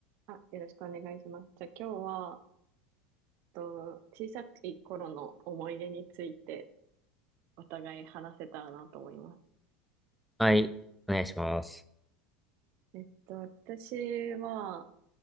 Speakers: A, on the right; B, in the centre.
A: あ、よろしくお願いします。じゃあ今日は、と、小さい頃の思い出についてお互い話せたらなと思います。
B: はい、お願いします。
A: えっと、私は、